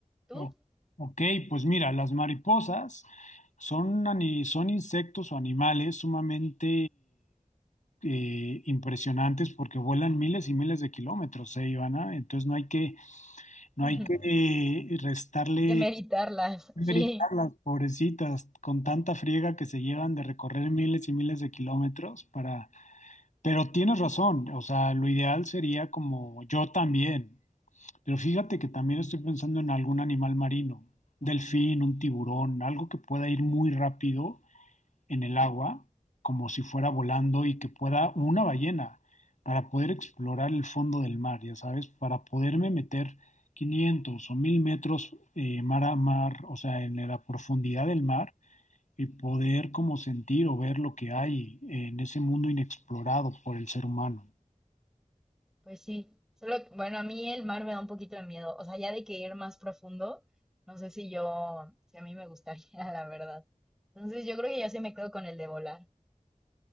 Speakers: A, in the centre; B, on the left (about 65°).
A: ¿Tú?
B: O- ok, pues mira, las mariposas son, ani- son insectos o animales sumamente eh, impresionantes porque vuelan miles y miles de kilómetros, ¿eh, Ivana? Entonces no hay que, no
A: <laughs>
B: hay que eh, restarle
A: Demeritarlas,
B: Ver
A: <laughs>
B: y
A: sí,
B: las pobrecitas, con tanta friega que se llevan de recorrer miles y miles de kilómetros para... Pero tienes razón, o sea, lo ideal sería como yo también, pero fíjate que también estoy pensando en algún animal marino, delfín, un tiburón, algo que pueda ir muy rápido en el agua, como si fuera volando y que pueda una ballena, para poder explorar el fondo del mar, ya sabes, para poderme meter 500 o 1000 metros eh, mar a mar, o sea, en la profundidad del mar y poder como sentir o ver lo que hay en ese mundo inexplorado por el ser humano.
A: pues sí. Solo, que, bueno, a mí el mar me da un poquito de miedo. O sea, ya de que ir más profundo, no sé si yo, si a mí me gustaría, <laughs> la verdad. Entonces, yo creo que yo sí me quedo con el de volar.